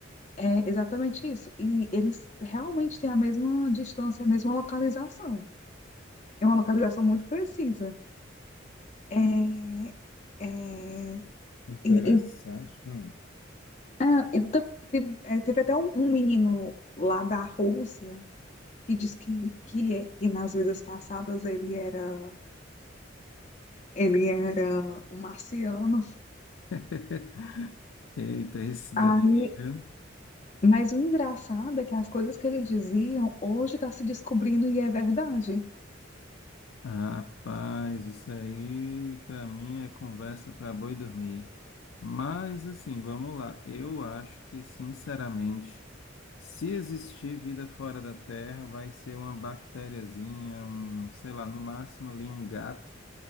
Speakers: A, on the left; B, on the left.
A: É exatamente isso. E eles realmente têm a mesma distância, a mesma localização. É uma localização muito precisa. É, é,
B: Interessante.
A: e- e-
B: Hum.
A: ah, e tam- te- é, teve até um, um menino lá da Rússia que diz que, que, que nas vidas passadas ele era ele era um marciano.
B: <laughs> Eita, esse
A: Aí,
B: daí, viu?
A: mas o engraçado é que as coisas que ele diziam hoje está se descobrindo e é verdade.
B: Rapaz, isso aí para mim é conversa para boi dormir. Mas assim, vamos lá. Eu acho que, sinceramente, se existir vida fora da Terra, vai ser uma bactériazinha, um, sei lá, no máximo ali um gato,